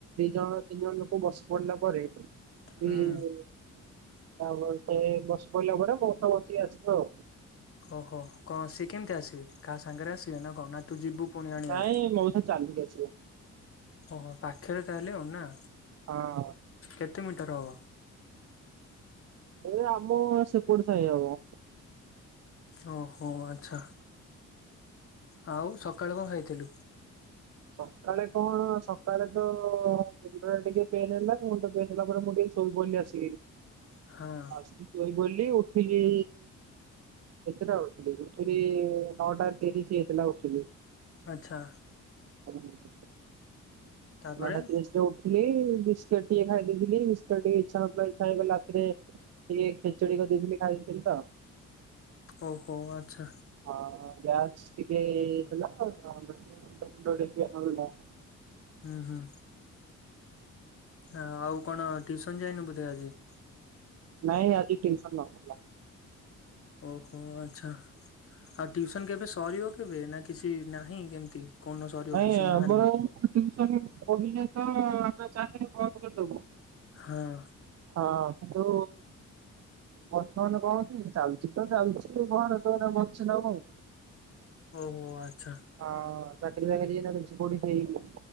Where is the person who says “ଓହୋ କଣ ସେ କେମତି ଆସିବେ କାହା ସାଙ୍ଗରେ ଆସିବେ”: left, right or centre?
Left